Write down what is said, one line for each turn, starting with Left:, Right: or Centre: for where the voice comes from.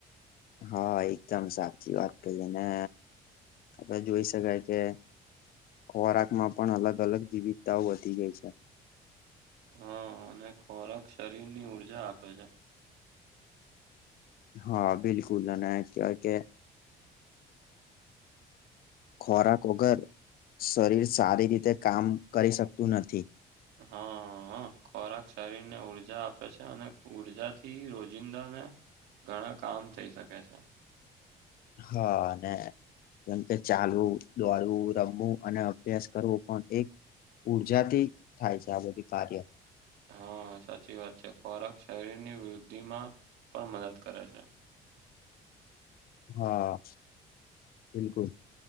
Left: હા એકદમ સાચી વાત કહીએ ને, આપણે જોઈ શકાય કે ખોરાક માં પણ અલગ-અલગ વિવિધ તાઓ વધી ગઈ છે.
Right: હા અને ખોરાક શરીરની ઉર્જા આપે છે.
Left: હા બિલકુલ અને કે ખોરાક વગર શરીર સારી રીતે કામ કરી શકતું નથી.
Right: હા અ ખોરાક શરીરને ઉર્જા આપે છે અને ઉર્જા થી રોજિંદાને ઘણા કામ થઈ શકે છે.
Left: હા અને જેમ કે ચાલવું દોડવું રમવું અને અભ્યાસ કરવો પણ એક ઉર્જાથી થાય છે આ બધું કાર્ય.
Right: હા સાચી વાત છે ખોરાક શરીર ની વૃદ્ધિમાં પણ મદદ કરે છે.
Left: હા બિલકુલ